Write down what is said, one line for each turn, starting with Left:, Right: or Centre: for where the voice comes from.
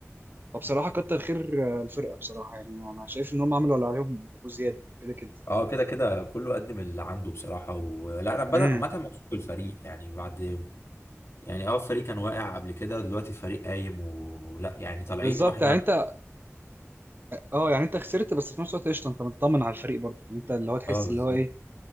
Right: فبصراحة كتر خير الفرقة بصراحة يعني أنا شايف إن هم عملوا اللي عليهم وزيادة كده كده
Left: اه كده كده كله قدم اللي عنده بصراحة ولا انا بدأ
Right: امم
Left: عامة مبسوط بالفريق يعني بعد يعني اه الفريق كان واقع قبل كده دلوقتي الفريق قايم ولا يعني طالعين
Right: بالظبط
Left: واحنا
Right: يعني أنت أه يعني أنت خسرت بس في نفس الوقت قشطة أنت مطمن على الفريق برضه يعني أنت اللي هو تحس
Left: اه بالظبط
Right: اللي هو إيه